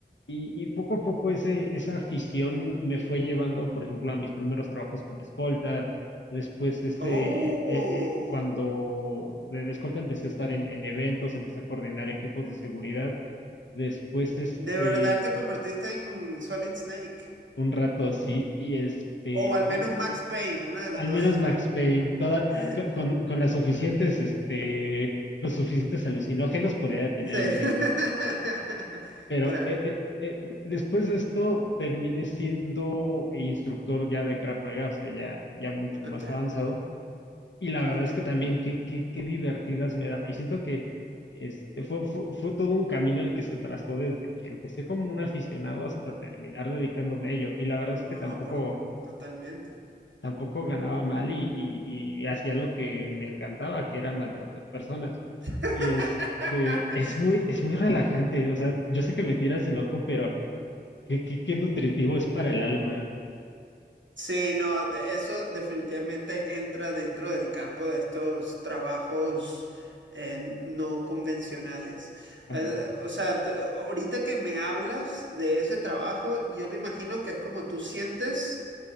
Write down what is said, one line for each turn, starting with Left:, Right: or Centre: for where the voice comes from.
Left: Y, y poco a poco ese, esa afición me fue llevando, por ejemplo, a mis primeros trabajos como escolta. Después ese,
Right: Oh,
Left: eh, eh, cuando de, de escolta empecé a estar en, en eventos, empecé a coordinar equipos de seguridad. Después, este,
Right: de verdad te convertiste en Solid Snake.
Left: un rato así, y este,
Right: O al
Left: y
Right: menos Max Payne, una de las
Left: Al
Right: dos.
Left: menos Max Payne, toda-
Right: <laughs>
Left: ah, co- con, con las suficientes, este, los suficientes alucinógenos podía detener
Right: Sí.
Left: el tiempo.
Right: <laughs>
Left: Pero
Right: Claro.
Left: eh, eh, eh, después de esto terminé siendo instructor ya de Krav Maga, o sea, ya, ya mucho
Right: Ok,
Left: más avanzado. Y la verdad
Right: ok.
Left: es que también qué, qué, qué divertidas me daba. Y siento que este, fue, fue, fue todo un camino el que se trazó desde que empecé como un aficionado hasta terminar dedicándome a ello. Y la verdad es
Right: No,
Left: que tampoco
Right: por totalmente.
Left: tampoco ganaba mal y, y- y hacía lo que me encantaba, que era maltratar personas.
Right: <laughs>
Left: Y este, es muy, es muy relajante, o sea, yo sé que me tiras de loco, pero qué, qué, qué nutritivo es para el alma.
Right: Sí, no, de- eso definitivamente entra dentro del campo de estos trabajos eh, no convencionales.
Left: Ajá.
Right: Eh, o sea, d- ahorita que me hablas de ese trabajo, yo me imagino que es como tú sientes